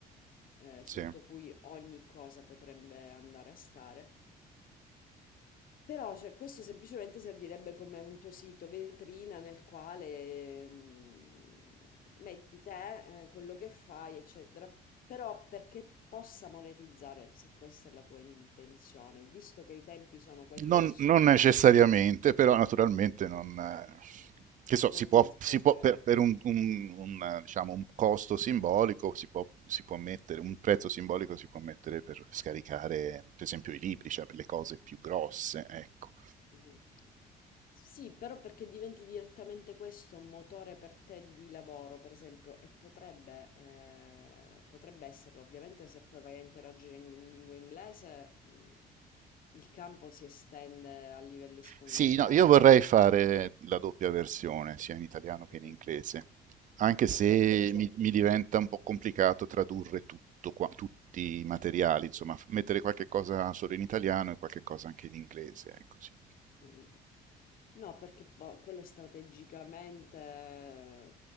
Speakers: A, on the left; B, on the right.
A: eh, sotto
B: Sì.
A: cui ogni cosa potrebbe andare a stare però cioè, questo semplicemente servirebbe come un tuo sito vetrina nel quale mm, metti te, eh, quello che fai, eccetera. Però perché possa monetizzare, se questa è la tua intenzione, visto che i tempi sono quelli
B: Non,
A: che sono,
B: non necessariamente, però naturalmente non... eh, Che so, si
A: non
B: può,
A: ti dispiacerebbe.
B: si può per, per un, un- un, eh, diciamo, un costo simbolico, si può, si può mettere, un prezzo simbolico si può mettere per scaricare, per esempio, i libri, cioè per le cose più grosse, ecco.
A: Mhm. Sì, però perché diventi direttamente questo un motore per te di lavoro, per esempio, e potrebbe, eh, potrebbe esserlo, ovviamente se poi vai a interagire in lingua inglese, mh, il campo si estende a livello esponenziale.
B: Sì, no, io vorrei fare la doppia versione, sia in italiano che
A: Mm.
B: in inglese, anche se
A: Perché per esempio...
B: mi, mi diventa un po' complicato tradurre tutto qua- tutti i materiali, insomma, f- mettere qualche cosa solo in italiano e qualche cosa anche in inglese, ecco, sì.
A: Mm. No, perché boh, quello strategicamente,